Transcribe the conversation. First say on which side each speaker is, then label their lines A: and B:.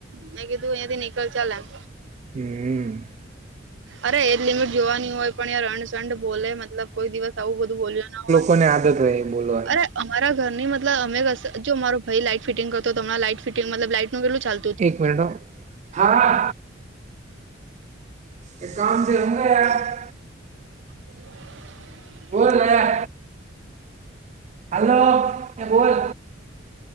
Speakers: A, on the right; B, on the right.
A: મેં કીધું અહિયાથી નીકળ ચાલે એમ
B: હમ.
A: અરે એજ લિમિટ જોવાની હોય પણ યાર <unintelligible> ચંડ બોલે મતલબ કોઈ દિવસ આવું બધું બોલ્યો ના હોય
B: કોને આદત હોય એ બોલવા
A: અરે અમારા ઘરની મતલબ અમે કશે જો મારો ભાઈ લાઈટ ફિટિંગ કરતો તો તમણા લાઈટ ફિટિંગ મતલબ લાઈટનું કેટલું ચાલ
B: એક મનીટ હ હા <unintelligible>
A: <inaudible>
B: બોલ નયા હાલો એ બોલ